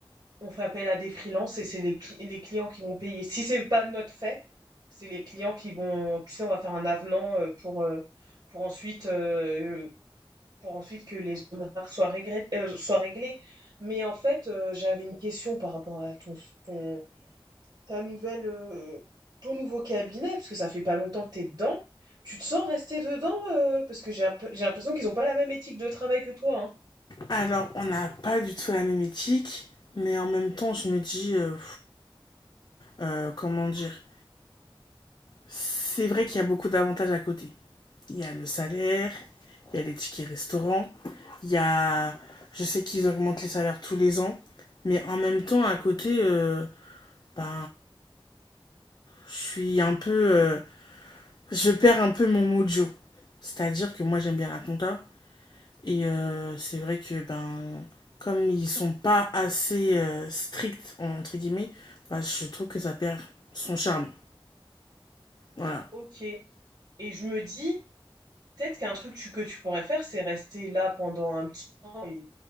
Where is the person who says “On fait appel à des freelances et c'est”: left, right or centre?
Right